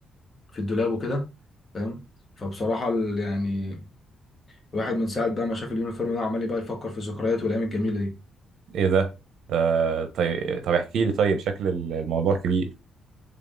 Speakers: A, on the left; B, on the right.
A: في الدولاب وكده فاهم؟ فبصراحة ال- يعني الواحد من ساعة بقى ما شاف اليونيفورم ده عمال بقى يفكر في الذكريات والأيام الجميلة دي
B: ايه ده؟ ده طيب طب احكي لي طيب شكل ال- الموضوع كبير